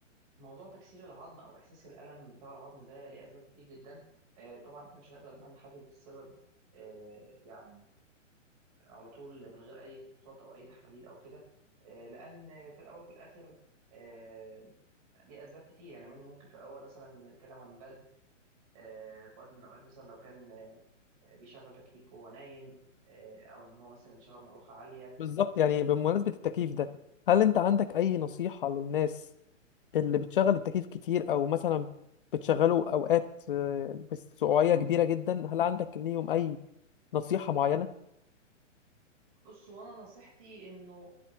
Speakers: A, on the right; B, on the left.
A: موضوع تكسير العظم أو إحساس الألم بتاع العظم ده ليه أسباب كتير جدا آه، طبعا إحنا مش هنقدر إن إحنا نحدد السبب آه، يعني على طول من غير اي فحوصات او اي تحاليل او كده آه، لان في الاول في الاخر آه، ليه اسباب كتير يعني من- ممكن في الاول مثلا نتكلم عن برد آه، في وقت من الاوقات مثلا لو كان آه، بيشغل تكييف وهو نايم آه، او ان هو مثلا مشغل مروحه عاليه
B: بالظبط
A: آه،
B: يعني بمناسبة التكييف ده هل انت عندك اي نصيحة للناس اللي بتشغل التكييف كتير او مثلا بتشغله اوقات آه، بسعوعية كبيرة جدا هل عندك ليهم اي نصيحة معينة
A: بص وانا نصيحتي انه